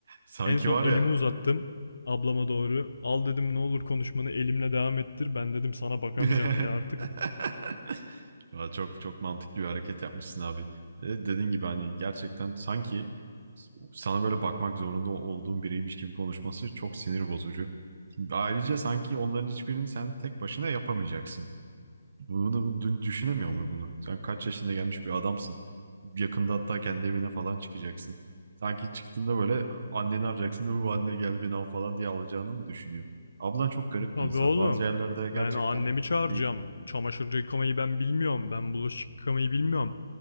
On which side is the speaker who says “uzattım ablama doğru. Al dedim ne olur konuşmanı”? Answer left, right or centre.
Left